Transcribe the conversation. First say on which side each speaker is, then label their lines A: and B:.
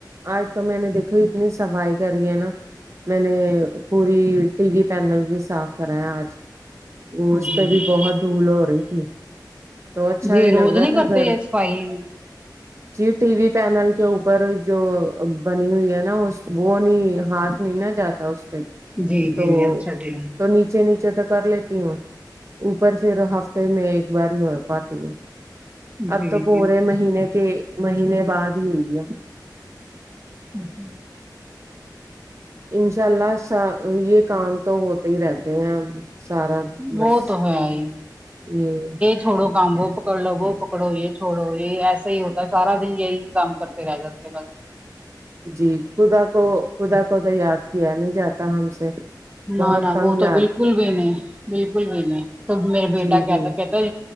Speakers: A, on the right; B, on the right.
A: آج تو میں نے دیکھا اتنی صفائی کری ہے نا میں نے پوری ٹی وی پینل بھی صاف کرا ہے آج اس
B: جی
A: پہ بھی بہت دھول ہو رہی تھی تو اچھا
B: جی
A: نہیں
B: روز
A: لگ رہا تھا
B: کرتے
A: گھر
B: یہ صفائی
A: جی ٹی وی پینل کے اوپر جو بنی ہوئی ہے نا اس وہ نہیں ہاتھ نہیں نہ جاتا اس پہ
B: جی جی
A: تو
B: اچھا جی
A: تو نیچے نیچے تو کر لیتی ہوں اوپر پھر ہفتے میں ایک بار ہی ہو پاتی ہے اب
B: جی
A: تو پورے
B: جی
A: مہینے کے مہینے بعد ہی ہوئی ہے
B: اچھا <unintelligible>
A: انشاء اللہ سا یہ کام تو ہوتے ہی رہتا سارا
B: وہ
A: بس
B: تو ہے ہی
A: یہ
B: چھوڑو کام وہ پکڑ لو وہ پکڑو یہ چھوڑو یہ ایسا ہی ہوتا ہے سارا دن یہی کام کرتے رہ جاتے ہیں بس
A: جی خدا کو خدا کو تو یاد کیا نہیں جاتا ہم سے
B: نہ
A: بہت
B: نہ
A: کم
B: وہ
A: یاد
B: تو بالکل بھی نہیں بالکل بھی نہیں سب میرا
A: جی
B: بیٹا کہتا
A: جی
B: کہتا